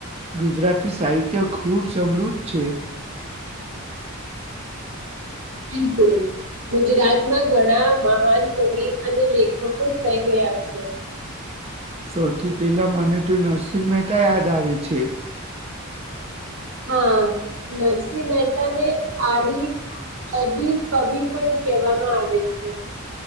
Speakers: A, on the right (about 30°); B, on the right (about 80°).
A: ગુજરાતી સાહિત્ય ખૂબ સમૃદ્ધ છે
B: બિલકુલ ગુજરાતમાં ઘણા મહાન કવિ અને લેખકો થઈ ગયા છે
A: સૌથી પહેલા મને તો નરસિંહ મહેતા યાદ આવે છે
B: હા નરસિંહ મહેતાને આડી અધી કવિ પણ કેવા આવે છે